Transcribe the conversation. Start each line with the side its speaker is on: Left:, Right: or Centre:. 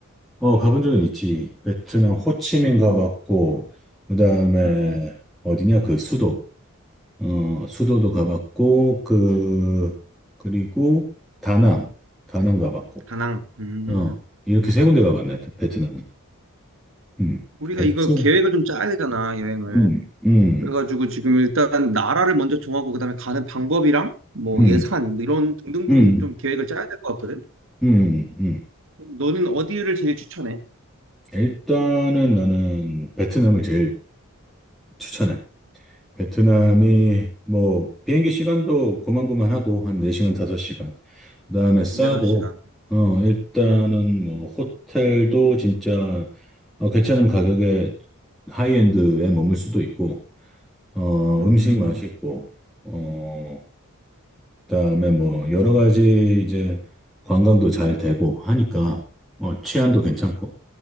Centre: 어 가본 적은 있지. 베트남 호치민 가봤고 그다음에
Right: 응,
Centre: 어디냐 그 수도 어, 수도도 가봤고, 그, 그리고 다낭, 다낭 가봤고,
Right: 다낭. 음.
Centre: 어, 이렇게 세 군데 가봤네, 베트남은. 음,
Right: 우리가
Centre: 베트남,
Right: 이거 계획을 좀 짜야 되잖아, 여행을.
Centre: 음, 음,
Right: 그래가지고 지금 일단 나라를 먼저 정하고 그다음에 가는 방법이랑 뭐
Centre: 음,
Right: 예산 뭐 이런 등등등
Centre: 음,
Right: 좀 계획을 짜야 될 것 같거든.
Centre: 음, 음.
Right: 너는 어디를 제일 추천해?
Centre: 일단은 나는 베트남을 제일 추천해. 베트남이 뭐 비행기 시간도 고만고만하고 한 4시간, 5시간. 그다음에 싸고
Right: 4시간.
Centre: 어 일단은
Right: 음,
Centre: 뭐 호텔도 진짜 어, 괜찮은 가격에 하이엔드에 머물 수도 있고 어
Right: 음.
Centre: 음식 맛있고 어 그다음에 뭐 여러 가지 이제 관광도 잘 되고 하니까 어 치안도 괜찮고